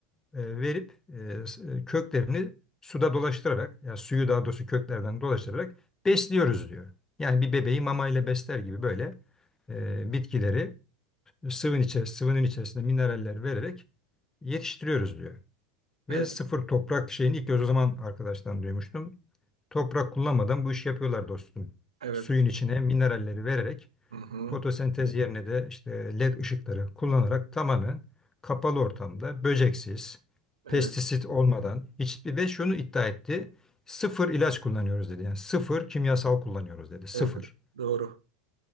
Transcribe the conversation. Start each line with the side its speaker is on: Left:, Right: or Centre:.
Left: e, verip e, s- e, köklerini suda dolaştırarak, yani suyu daha doğrusu köklerden dolaştırarak besliyoruz diyor. Yani bir bebeği mamayla besler gibi böyle e, bitkileri sıvın içe, sıvının içerisinde mineraller vererek yetiştiriyoruz diyor.
Right: evet,
Left: Ve sıfır toprak şeyini ilk göz o zaman arkadaştan duymuştum. Toprak kullanmadan bu işi yapıyorlar dostum.
Right: evet,
Left: Suyun içine mineralleri vererek
Right: hı hı,
Left: Fotosentez yerine de işte led ışıkları kullanarak tamamen kapalı ortamda böceksiz,
Right: evet,
Left: pestisit olmadan hiçbir ve şunu iddia etti. Sıfır ilaç kullanıyoruz dedi. Yani sıfır kimyasal kullanıyoruz dedi. Sıfır.
Right: evet, doğru.